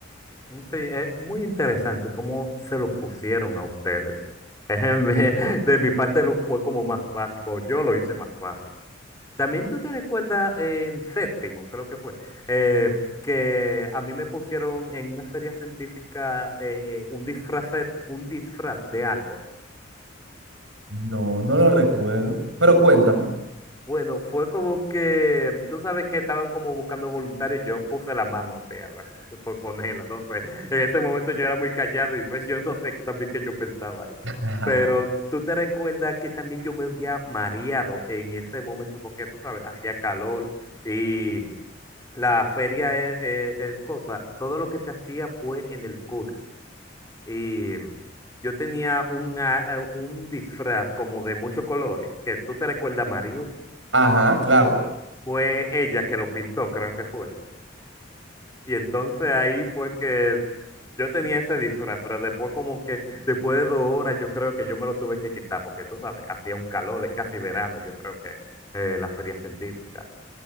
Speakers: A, on the left; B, on the right.
A: Sí, es muy interesante cómo se lo pusieron a ustedes. <laughs> En vez- De mi parte lo fue como más básico, yo lo hice más básico. También tú te recuerdas eh, en séptimo, creo que fue, eh, que a mí me pusieron en una feria científica eh, un disfraz, un disfraz de árbol.
B: No, no lo recuerdo, pero cuéntame.
A: Bueno, fue como que, tú sabes que estaban como buscando voluntarios, yo puse la mano, o sea, la- <laughs> por ponerla, no sé. En ese momento yo era muy callado y pues yo no sé qué también que yo pensaba ahí.
B: <laughs>
A: Pero tú te recuerdas que también yo me había mareado en ese momento porque tú sabes, hacía calor y la feria es, es- es cosa, todo lo que se hacía fue en el curso. Y yo tenía un, a- un disfraz como de muchos colores, que tú te recuerdas, Mario
B: Ajá, claro.
A: fue ella que lo pintó, creo que fue. Y entonces ahí fue que yo tenía ese disfraz, pero después como que, después de dos horas, yo creo que yo me lo tuve que quitar, porque tú sabes, hacía un calor de casi verano, yo creo que eh, la feria científica.